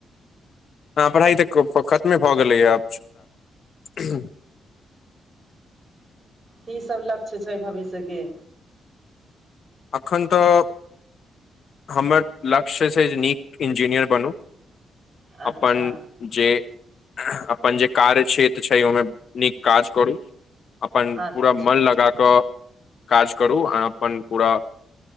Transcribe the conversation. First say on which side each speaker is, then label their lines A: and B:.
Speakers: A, on the left; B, on the right.
A: हँ पढ़ाइ तऽ खतमे भऽ गेलैए <unintelligible>
B: की सब लक्ष्य छै भविष्यके
A: अखन तऽ हमर लक्ष्य से नीक इंजीनियर बनू अपन
B: अच्छा
A: जे अपन जे कार्य क्षेत्र छै ओइमे नीक काज करू अपन
B: अच्छा
A: पूरा मन लगा कऽ काज करू आ अपन पूरा